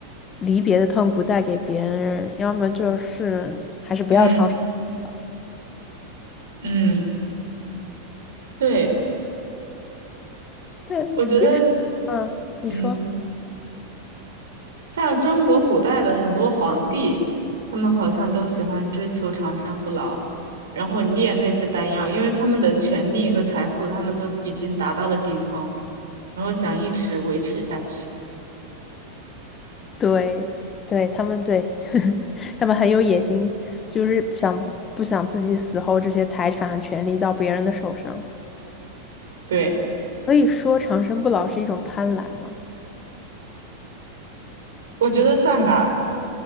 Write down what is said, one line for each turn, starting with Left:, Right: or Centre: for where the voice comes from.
Left: 离别的痛苦带给别人，要么就是还是不要长生不老了。
Right: 嗯嗯，对，
Left: 但其实，
Right: 我觉得，
Left: 啊，你说。
Right: 嗯，像中国古代的很多皇帝，他们好像都喜欢追求长生不老，然后炼那些丹药，因为他们的权力和财富，他们都已经达到了顶峰，然后想一直维持下去。
Left: 对，对，他们对，<laughs> 他们很有野心，就是想不想自己死后这些财产啊权利到别人的手上？
Right: 对，
Left: 可以说长生不老是一种贪婪嘛。
Right: 我觉得算吧。